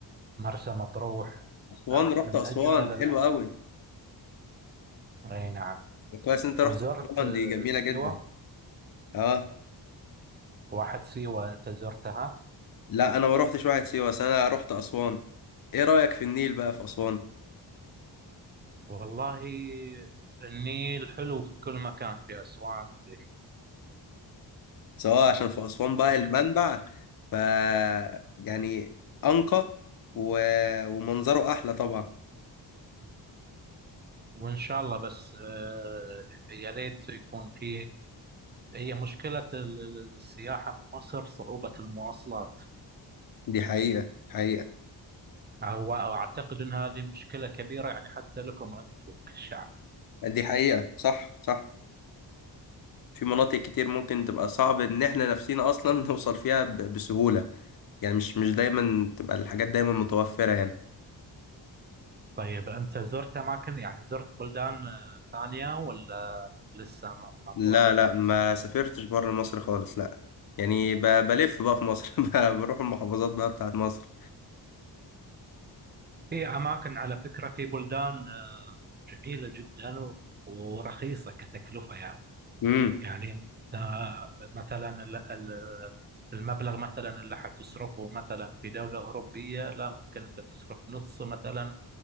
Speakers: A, on the right; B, on the left.
A: مرسى مطروح
B: اسوان
A: أف-
B: رحت
A: من
B: اسوان
A: اجمل الاماكن
B: حلوه قوي
A: اي نعم
B: كويس ان انت رحت
A: وزرت
B: اسوان
A: آه،
B: دي جميله
A: سيوة
B: جدا اه
A: واحد سيوة انت زرتها
B: لا انا ما رحتش واحد سيوه بس انا رحت اسوان ايه رايك في النيل بقى في اسوان
A: والله النيل حلو في كل مكان في اسوان في
B: سواء عشان في أسوان بقى
A: في
B: المنبع
A: كل
B: ف يعني أنقى و... ومنظره أحلى طبعا
A: وان شاء الله بس آه، يا ليت يكون في هي مشكلة ال- السياحة في مصر صعوبة المواصلات
B: دي حقيقة حقيقة
A: هو أعتقد أن هذه مشكلة كبيرة يعني حتى لكم أنتم كشعب
B: دي حقيقة صح صح في مناطق كتير ممكن تبقى صعب إن إحنا نفسينا أصلا <laughs> نوصل فيها ب... بسهولة يعني مش مش دايما تبقى الحاجات دايما متوفرة يعني
A: طيب أنت زرت أماكن يعني زرت بلدان آه، ثانية ولا لسه ما ما
B: لا
A: طلعت
B: لا
A: من
B: ما
A: مصر
B: سافرتش بره مصر خالص لا يعني ب... بلف بقى في مصر <laughs> ب... بروح المحافظات بقى بتاعت مصر
A: في أماكن على فكرة في بلدان آه، جميلة جدا و- ورخيصة كتكلفة يعني
B: امم
A: يعني أنت مثلا ال- ال- المبلغ مثلا اللي حتصرفه مثلا في دولة أوروبية لا ممكن أنت تصرف نص مثلا